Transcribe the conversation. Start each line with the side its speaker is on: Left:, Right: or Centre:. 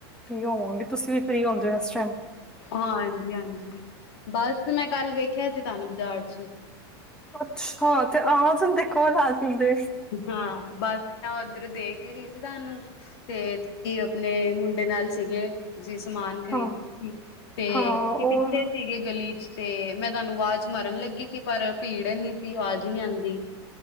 Centre: ਫਰੀ ਹੋਵਾਂਗੇ ਤੁਸੀਂ ਵੀ ਫਰੀ ਹੁੰਦੇ ਹੋ ਇਸ ਟਾਈਮ
Left: ਹਾਂ ਹਾਂਜੀ-ਹਾਂਜੀ ਬਸ ਮੈਂ ਕੱਲ ਵੇਖਿਆ ਸੀ ਤੁਹਾਨੂੰ ਬਾਜ਼ਾਰ 'ਚ
Centre: ਅੱਛਾ ਤੇ ਆ ਜਾਂਦੇ ਕੋਲ ਆ ਜਾਂਦੇ।
Left: ਹਾਂ ਬਸ ਮੈਂ ਉੱਧਰ ਦੇਖ ਹੀ ਰਈ ਸੀ ਤੁਹਾਨੂੰ ਤੇ ਕੀ ਆਪਣੇ ਮੁੰਡੇ ਨਾਲ ਸੀਗੇ। ਤੁਸੀਂ ਸਮਾਨ ਖ਼ਰੀਦ
Centre: ਹਾਂ,
Left: <unintelligible> ਸੀ ਤੇ
Centre: ਹਾਂ
Left: ਅਸੀਂ
Centre: ਉਹ
Left: ਪਿੱਛੇ ਸੀਗੇ ਗਲੀ 'ਚ ਤੇ ਮੈਂ ਤੁਹਾਨੂੰ ਆਵਾਜ਼ ਮਾਰਨ ਲੱਗੀ ਸੀ ਪਰ ਭੀੜ ਏਨੀ ਸੀ ਆਵਾਜ਼ ਨੀ ਆਂਦੀ।